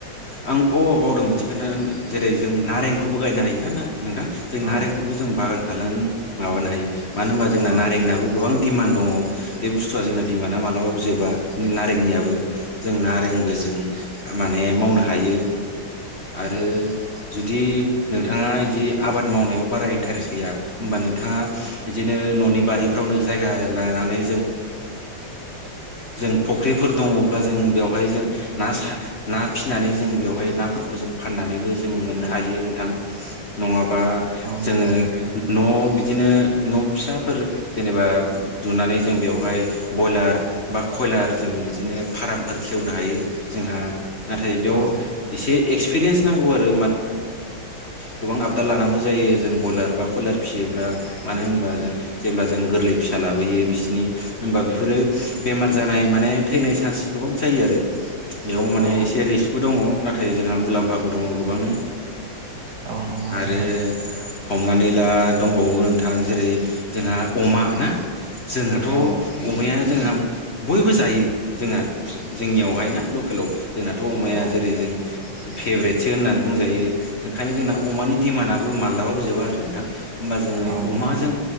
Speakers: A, on the left (about 35°); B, on the right (about 60°).
A: आं अ बावदों मोनसे खोन्था जेरै जों नारेंखौबो गायनो हायो ना ना नोंथां जों
B: औ
A: नारेंखौबो जों बागान खालामनानै माबानो हायो। मानो होनबा जोंना
B: औ
A: नारेंनाबो गोबां दिमान्द दङ। बे बुस्थुआ जोंना दिमान्दआ मालाबाबो जोबा नारेंनियाबो जों नारेंबो जों माने मावनो हायो आरो जुदि नोंथाङा बिदि आबाद मावनायाव बारा इन्टारेस्ट गैया होमबा नोंथाङा बिदिनो न'नि बारिफ्रावनो जायगा लानानै जों फुख्रिफोर दङब्ला जों बेवहाय जों ना ना फिनानै जों बेवहाय नाफोरखौ जों फाननानैबो जों मोननो हायो नोंथां नङाबा जोङो
B: नंगौ
A: न' बिदिनो न' फिसाफोर जेनेबा लुनानै जों बेवहाय बयलार बा कयलार जों बिदिनो फार्मफोर खेवनो हायो। जोंहा नाथाय बेयाव
B: औ नंगौ औ
A: एसे एक्सपिरियेन्स नांगौ आरो गोबां आबोद लानांगौ जायो जों बयलार बा कयलार फिसियोब्ला मानो होनबा जों जेब्ला जों गोरलै फिसा लाबोयो बिसिनि होमबा बेफोरो बेमार जानाय माने थैनाय चान्स गोबां जायो आरो बेयाव माने
B: औ
A: एसे रिक्सबो दङ नाथाय जोंहा मुलाम्फाबो दङ। गोबांनो
B: औ नंगौ
A: आरो
B: नोंथां
A: हमनानै ला दंबावो नोंथां जेरै जोंहा अमा ना जोंहाथ'
B: औ
A: अमाया जोंहा बयबो जायो जोंहा जोंनियावहाय ना लकेलाव जोंनाथ' अमाया
B: औ
A: जेरै जों फेभ्रेटसो होननानै बुंजायो ओंखायनो जोंना अमानि दिडिमान्डआबो माब्लाबाबो जोबा आरो नोंथां। होमबा जोङो
B: औ नंगौ
A: अमाजों